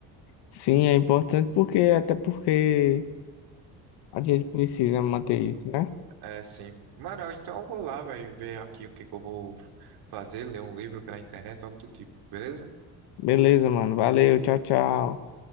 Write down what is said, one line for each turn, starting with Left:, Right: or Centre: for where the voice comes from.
Left: Sim, é importante porque, até porque a gente precisa manter isso, né?
Right: É, sim. Mano, então eu vou lá, velho, ver aqui o que que eu vou fazer, ler um livro pela internet, algo do tipo, beleza?
Left: Beleza, mano. Valeu, tchau, tchau.